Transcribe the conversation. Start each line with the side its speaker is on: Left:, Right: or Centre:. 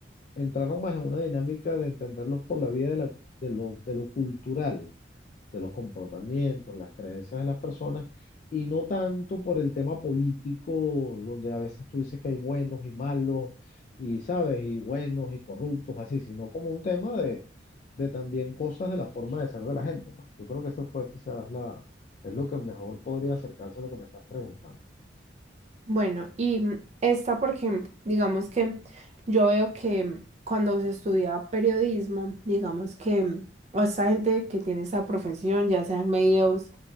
Left: entraron más en una dinámica de entenderlos por la vía de, la- de lo, de lo cultural, de los comportamientos, las creencias de las personas, y no tanto por el tema político, donde a veces tú dices que hay buenos y malos, y sabes, y buenos y corruptos, así, sino como un tema de, de también cosas de la forma de ser de la gente. pues. Yo creo que eso fue quizás la, es lo que mejor podría acercarse a lo que me estás preguntando.
Right: Bueno, y mm, esta porque digamos que yo veo que cuando se estudia periodismo, digamos que mm, o esta gente que tiene esa profesión, ya sean medios